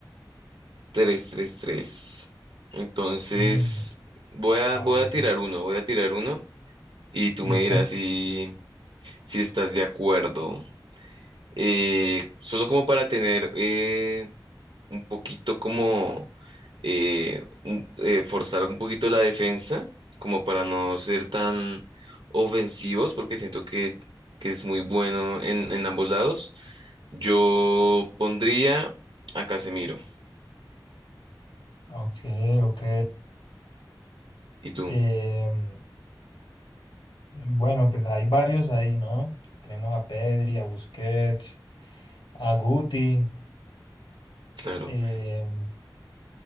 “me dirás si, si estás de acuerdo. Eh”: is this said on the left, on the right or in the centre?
Right